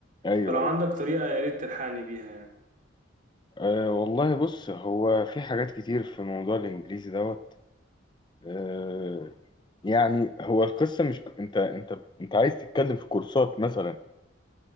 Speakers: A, on the left (about 25°); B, on the right (about 40°).
A: ايوه
B: فلو
A: ايوه
B: عندك طريقة يا ريت تلحقني بيها يعني
A: أه والله بص هو في حاجات كتير في موضوع الانجليزي دوت أه يعني هو القصه مش انت انت انت عايز تتكلم في كورسات مثلا